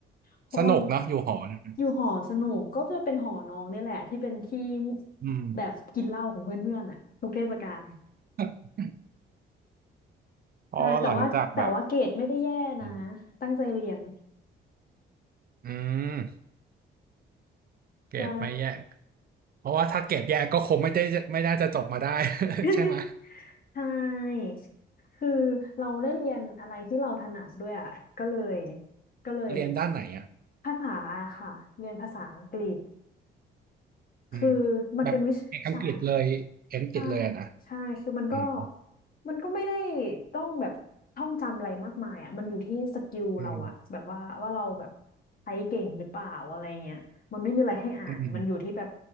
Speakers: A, on the left; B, on the right.
A: เพราะว่า
B: สนุกเนอะอยู่หอเนย
A: อยู่หอสนุกก็จะเป็นหอน้องเนี่ยแหละที่เป็นที่
B: อืม
A: แบบกินเหล้าของเพื่อนๆอ่ะทุกเทศกาล
B: <laughs> พอหลังจากแบบ
A: ใช่แต่ว่าแต่ว่าเกรดไม่ได้แย่นะ
B: อืม
A: ตั้งใจเรียน
B: อืมเกรดไม่แยก
A: ใช่
B: เพราะว่าถ้าเกรดแยกก็คงไม่ได้ไม่น่าจะจบมาได้
A: <laughs>
B: <laughs> ใช่ไหม
A: ใช่คือเราได้เรียนอะไรที่เราถนัดด้วยอ่ะก็เลยก็เลย
B: เรียนด้านไหนอ่ะ
A: ภาษาค่ะเรียนภาษาอังกฤษ
B: อืม
A: คือมันเป็นวิชา
B: แบบเอกอังกฤษเลยเอกอังกฤษเลยอะนะ
A: ใช่ใช่คือมันก็
B: อืม
A: มันก็ไม่ได้ต้องแบบท่องจำอะไรมากมายอ่ะมันอยู่ที่สกิลเราอ่ะแบบว่าว่าเราแบบ
B: อืม
A: ใช้เก่งหรือเปล่าอะไรเงี้ยมันไม่มีอะไรให้อ่านมันอยู่ที่แบบ
B: อืม